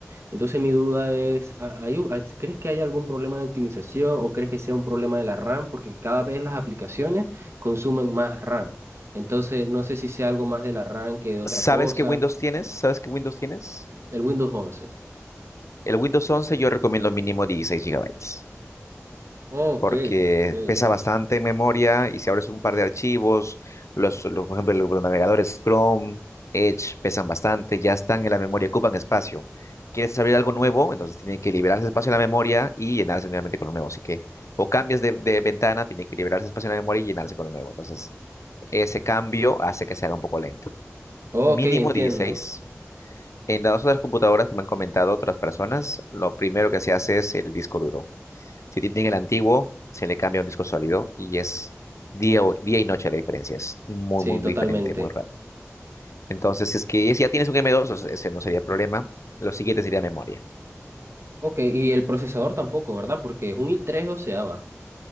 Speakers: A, on the right (about 60°); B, on the left (about 75°).
A: Entonces mi duda es, ¿ha- hay u- ha- ¿crees que hay algún problema de optimización o crees que sea un problema de la RAM? Porque cada vez las aplicaciones consumen más RAM. Entonces no sé si sea algo más de la RAM que de otra
B: ¿Sabes
A: cosa.
B: qué Windows tienes? ¿Sabes qué Windows tienes?
A: El Windows 11.
B: El Windows 11, yo recomiendo mínimo dieciséis gigabytes.
A: Oh, ok,
B: porque
A: ok.
B: pesa bastante en memoria y si abres un par de archivos, los, los, por ejemplo, los navegadores Chrome, Edge pesan bastante, ya están en la memoria, ocupan espacio. ¿Quieres abrir algo nuevo? Entonces tiene que liberarse espacio en la memoria y llenarse nuevamente con lo nuevo. Así que o cambias de, de ventana, tiene que liberarse espacio en la memoria y llenarse con lo nuevo. Entonces, ese cambio hace que se haga un poco lento.
A: Ok,
B: Mínimo
A: entiendo.
B: 16. En las otras computadoras que me han comentado otras personas, lo primero que se hace es el disco duro. Si tienen el antiguo, se le cambia un disco sólido y es día, o- día y noche la diferencia. Es muy,
A: Sí,
B: muy
A: totalmente.
B: diferente, muy rápido. Entonces, si es que si ya tienes un M2, o sea, ese no sería problema. Lo siguiente sería memoria.
A: Ok, y el procesador tampoco, ¿verdad? Porque es un i3 doceava.